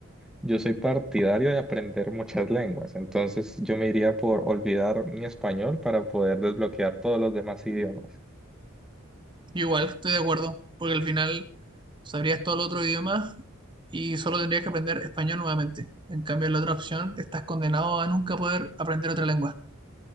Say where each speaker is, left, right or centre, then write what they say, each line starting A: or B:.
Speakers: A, in the centre; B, on the right (about 25°).
A: Yo soy partidario de aprender muchas lenguas, entonces yo me iría por olvidar mi español para poder desbloquear todos los demás idiomas.
B: Yo Igual, estoy de acuerdo, porque al final sabrías todo el otro idioma y solo tendrías que aprender español nuevamente. En cambio, en la otra opción estás condenado a nunca poder aprender otra lengua.